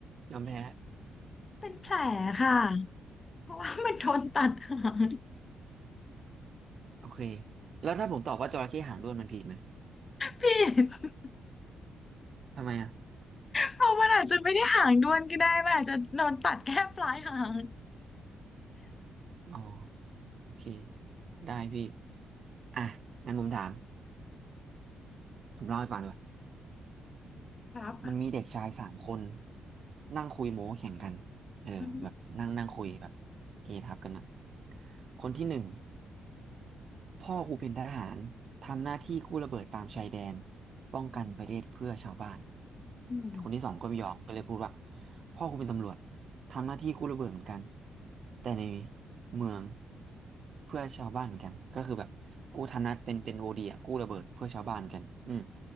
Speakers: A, on the right (about 40°); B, on the left (about 25°).
A: ยอมแพ้
B: เป็นแผลค่ะเพราะว่ามันโดนตัดหาง
A: โอเคแล้วถ้าผมตอบว่าจระเข้หางด้วนมันผิดไหม
B: ผิด
A: ทำไมอ่ะ
B: เพราะมันอาจจะไม่ได้หางด้วนก็ได้มันอาจจะโดนตัดแค่ปลายหาง
A: อ๋อโอเคได้พี่อ่ะงั้นผมถาม ผมเล่าให้ฟังดีกว่า
B: ครับ
A: มันมีเด็กชายสามคนนั่งคุยโม้แข่งกันเออแบบนั่งนั่งคุยแบบ
B: อือฮึ
A: เฮทับกันนะ คนที่หนึ่ง พ่อกูเป็นทหารทำหน้าที่กู้ระเบิดตามชายแดนป้องกันประเทศเพื่อชาวบ้าน
B: อืมอืม
A: คนที่สองก็ไม่ยอมก็เลยพูดว่าพ่อกูเป็นตำรวจทำหน้าที่กู้ระเบิดเหมือนกันแต่ในเมืองเพื่อชาวบ้านเหมือนกันก็คือแบบกู้ธนัตเป็นเป็นโอเดียกู้ระเบิดเพื่อชาวบ้านเหมือนกันอืม